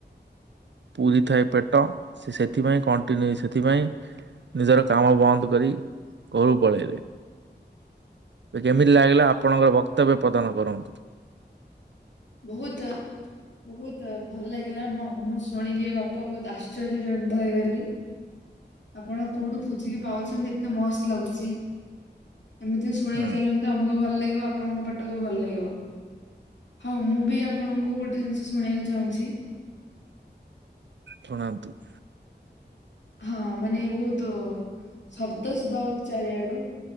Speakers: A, on the right (about 80°); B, on the left (about 80°).
A: ପୁରି ଥାଏ ପେଟ ସେ ସେଥିପାଇଁ କଣଟିକେ ସେଥିପାଇଁ ନିଜର କାମ ବନ୍ଦ କରି ଘରୁ ପଳେଇବେ। କେମିତି ଲାଗିଲା ଆପଣଙ୍କର ବକ୍ତବ୍ୟ ପ୍ରଦାନ କରନ୍ତୁ।
B: ବୋହୁତ ବୋହୁତ ଭଲ ଲାଗିଲା ମୁଁ ଶୁଣିକି ଏ ବୋହୁତ ଆଶ୍ଚର୍ଯ୍ୟ ଜନିତ ହେଇଗଲି। ଆପଣ କୋଉଠୁ ଖୋଜିକି ପାଉଚନ୍ତି ଏତେ ମସ୍ତ ଲାଗୁଚି ଏମିତି ଶୁଣେଇ
A: ହୁଁ
B: ଚାଲନ୍ତୁ ଆମକୁ ଭଲ ଲାଗିବ ଆପଣଙ୍କ ପାଟକୁ ବି ଭଲ ଲାଗିବ। ହଁ ମୁଁ ବି ଆପଣଙ୍କୁ ଗୋଟେ ଜିନିଷ ଶୁଣେଇବାକୁ ଚାହୁଁଚି?
A: ଶୁଣାନ୍ତୁ।
B: ହଁ ମାନେ ବୋହୁତୁ ଶବ୍ଦ ଶୁଭାଉଚି ଚାରିଆଡୁ।